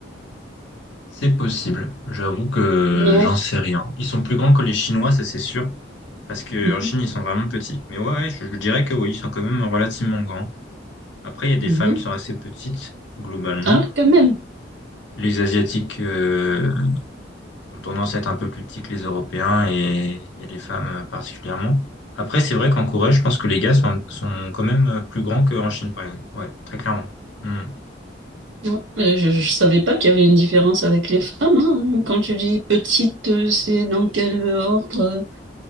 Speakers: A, on the left; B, on the right.
A: C'est possible. J'avoue que
B: Non.
A: j'en sais rien. Ils sont plus grands que les Chinois, ça c'est sûr. Parce que
B: Mhm.
A: en Chine, ils sont vraiment petits. Mais ouais, ouais, je, je dirais que oui, ils sont quand même relativement grands. Après, il y a des
B: Mhm.
A: femmes qui sont assez petites, globalement.
B: Ah, quand même.
A: Les Asiatiques, euh, ont tendance à être un peu plus petits que les Européens et, et les femmes euh, particulièrement. Après, c'est vrai qu'en Corée, je pense que les gars sont, sont quand même euh, plus grands qu'en Chine, par exemple. Ouais, très clairement. Hmm.
B: Ouais, mais je ne savais pas qu'il y avait une différence avec les femmes. hein. Quand tu dis petite, euh, c'est dans quel ordre?